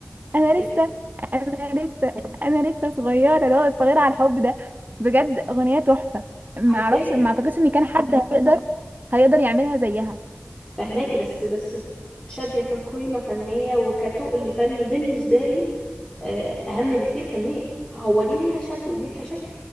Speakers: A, on the right (about 45°); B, on the left (about 20°).
A: أنا
B: لا،
A: لسه أنا لسه أنا لسه صغيرة اللي هو صغيرة على الحب ده بجد أغنية تحفة معرفش
B: عارفاكي
A: ما أعتقدش إن كان حد هيقدر هيقدر يعملها زيها
B: فهماكي بس بس ف- شادية كقيمة فنية وكتقل فني بالنسبة لي آه، اهم بكتير فنيا هو دي ليها شكل ودي ليها شكل